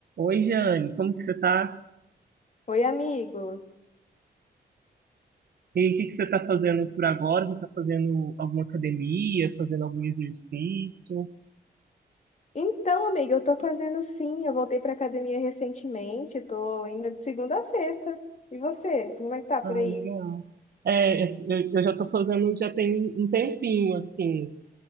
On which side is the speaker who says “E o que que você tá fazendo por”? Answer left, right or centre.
Right